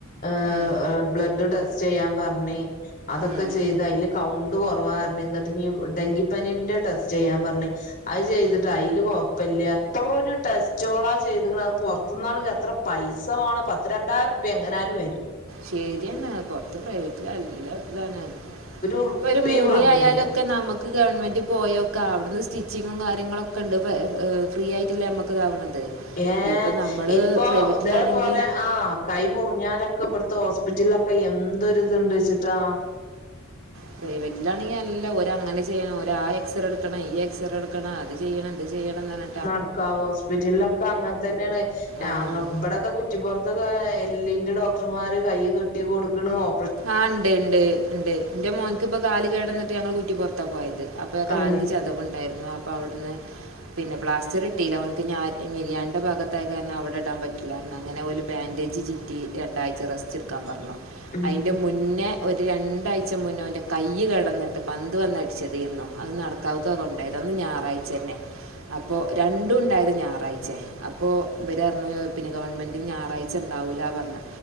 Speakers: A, on the left; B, on the right.
A: ഏഹ്
B: ഉം.
A: ബ്ലഡ് ടെസ്റ്റ് ചെയ്യാൻ പറഞ് അതൊക്കെ
B: ഉം.
A: ചെയ്ത അതില് കൗണ്ട് കുറവാർഞ്ഞ്. എന്നിട്ട് ഇനിയും ഡെങ്കിപ്പനീന്റെ ടെസ്റ്റ് ചെയ്യാൻ പർഞ്ഞ് അത് ചെയ്തിട്ടാതില് കൊഴപ്പില്ല എത്ര ഒരു ടെസ്റ്റോളാ ചെയ്ക്കണ അത് പൊർ ത്തുന്നാണെകിൽ എത്ര പൈസ വാണം. പത്ത് രണ്ടായിരറുപ്പിയ എങ്ങനായാലും വരും
B: ശരിയെന്നാ പൊർത്ത് പ്രൈവറ്റില് നല്ല ഇതാണ്
A: ഉറുപ്പിം
B: ഇപ്പൊ ഒരു മുറി
A: വന്നീല
B: ആയാലൊക്കെ നമക്ക് ക്ക് ഗവൺമെൻറ് പോയോക്കാ. അവിടുന്ന് സ്റ്റിച്ചിങ്ങും കാര്യങ്ങളൊക്കെണ്ട്. പ ഫ്രീ ആയിട്ടല്ലേ നമ്മക്ക് ഇതാവണത്
A: ഏഹ്.
B: ഇപ്പൊ നമ്മള്
A: ഇപ്പൊ
B: പ്രൈവറ്റിലാണെങ്കി
A: ഇതേപോലെ ആഹ് കൈ മുർഞ്ഞാലൊക്കെ ഇബട്ത്തെ ഹോസ്പിറ്റൽലൊക്കെ എന്തൊരിത്ണ്ട്‌ച്ചിട്ടാ
B: പ്രൈവറ്റിലാണെങ്കിൽ അല്ല ഓരങ്ങനെ ചെയ്യണം ഒരാ എക്സറേ എടുക്കണം ഈ എക്സ്റേ എടുക്കണം അത് ചെയ്യണം ഇത് ചെയ്യണം ന്നർഞ്ഞ്
A: നടക്കാവ് ഹോസ്പിറ്റൽലൊക്കെ അങ്ങൻതന്നെണെയ് ഞങ്ങ
B: ആ
A: ഇബടെതാ കുറ്റിപ്പൊർത്ത് താ എല്ലിന്റെ ഡോക്ടർമാര് കൈ കെട്ടി കൊടുക്ണ്. ഓ
B: ആഹ് ണ്ട് ണ്ട് ണ്ട് എന്റെ മോൻക്ക് പ്പൊ കാല് കേടന്നിട്ട് ഞങ്ങള് കുറ്റിപൊർത്താ പോയത് അപ്പോ കാലിന്
A: ഉം
B: ചതവുണ്ടായിര്ന്നു അപ്പോ അവ്ട്ന്ന് പിന്നെ പ്ലാസ്റ്ററ് ഇട്ടീല്ല. ഓൻക്ക് ഞ ഞരിയാണിന്റെ ഭാത്തായത് കാരണം അവടെ ഇടാൻ പറ്റില്ലാ അങ്ങനെ ഓല് ബന്റെജ് ചി റ്റി രണ്ടായ്ച റെസ്റ്റ്ട്കാപറ്ഞ്ഞു
A: ഉം
B: അതിൻ്റെ മുന്നേ ഒര് രണ്ടായ്ച മുന്നേ ഓന്റെ കയ്യ് കേടന്ന്ട്ട് പന്ത് വന്ന് അട്ച്ച തെയ്ന്നു അത് നടക്കാവ്ക്ക കൊണ്ടോയത്. അന്ന് ഞാറായ്ച്ചന്നെ അപ്പൊ രണ്ടുംണ്ടായത് ഞാറായ്ച്ചെ. അപ്പൊ ഇബരർഞ്ഞു പിന്നെ ഗവൺമെന്റിന് ഞാറായ് ച്ച ണ്ടാവൂല പർഞ്ഞ്.